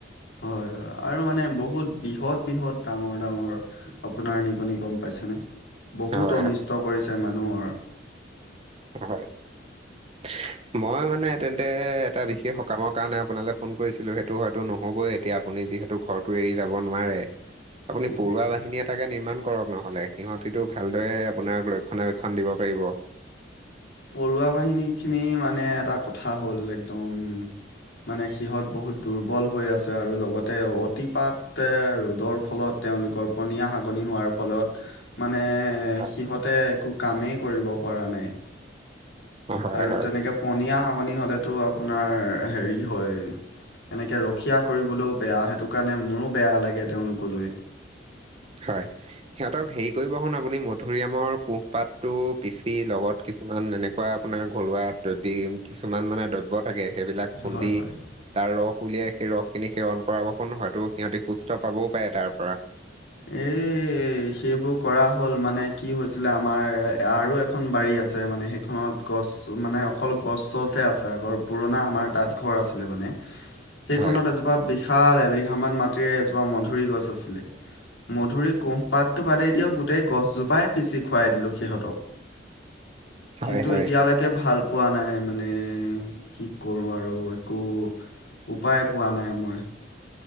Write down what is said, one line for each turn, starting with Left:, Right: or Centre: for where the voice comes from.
Left: হয়- হয় আৰু মানে বহুত বৃহৎ- বৃহৎ ডাঙৰ- ডাঙৰ আপোনাৰ নিগনি গম পাইছেনে, বহুত
Right: হয়
Left: অনিষ্ট
Right: হয়
Left: কৰিছে মানুহৰ।
Right: <unintelligible> মই মানে তেন্তে এটা বিশেষ সকামৰ কাৰণে আপোনালে ফোন কৰিছিলো, সেইটো হয়তো নহ'বই এতিয়া আপুনি যিহেতু ঘৰতো এৰি যাব নোৱাৰে।
Left: <inaudible>
Right: আপুনি পৰুৱা
Left: হয়
Right: বাহিনীয়ে তাকে নিৰ্মাণ কৰক নহ'লে, সিহঁতিটো ভালদৰে আপোনাক ৰক্ষণাবেক্ষণ দিব পাৰিব।
Left: পৰুৱা বাহিনীখিনি মানে এটা কথা হ'ল একদম মানে সিহঁত বহুত দুৰ্বল হৈ আছে আৰু লগতে অতিপাত তে ৰ'দৰ ফলত তেওঁলোকৰ পনীয়া হাগনি হোৱাৰ ফলত মানে এ
Right: হয়
Left: সিহঁতে একো কামেই কৰিব পৰা নাই।
Right: হয়
Left: আৰু
Right: হয়
Left: তেনেকে পনীয়া হাগনি হ'লেতো আপোনাৰ হেৰি হয় এনেকে ৰখীয়া কৰিবলৈও বেয়া, সেইটো কাৰণে মোৰো বেয়া লাগে তেওঁলোকলৈ।
Right: হয়, সিহঁতক হেৰি কৰিব শুন আপুনি মধুৰিআমৰ কোষপাতটো পিচি লগত কিছুমান এনেকুৱা আপোনাৰ ঘৰুৱা দৈবিক কিছুমান মানে দ্ৰব্য থাকে সেইবিলাক খুন্দি
Left: হয় হয়
Right: তাৰ ৰস উলিয়াই সেই ৰস খিনি সেৱন কৰাব শোন, হয়তো সিহঁতি সুস্থ পাবও পাৰে তাৰ পৰা।
Left: এই সেইবোৰ কৰা হ'ল, মানে কি হৈছিলে আমাৰ আৰু এ এখন বাৰী আছে মানে সেইখনত গছ মানে অকল গছ চছ আছে আছে আগৰ পুৰণা আমাৰ তাত ঘৰ আছিলে মানে। সেইখনত
Right: হয়,
Left: এজোপা বিশাল এবিঘামান মাটিৰে এজোপা মধুৰি গছ আছিলে।
Right: <inaudible>
Left: মধুৰি কোঁহপাতটো বাদেই দিয়ক গোটেই গছজোপাই পিচি খুৱাই দিলোঁ সিহঁতক।
Right: হয়,
Left: কিন্তু
Right: হয়।
Left: এতিয়ালে কে ভাল পোৱা নাই মানে কি কৰোঁ আৰু একো উপায় পোৱা নাই মই।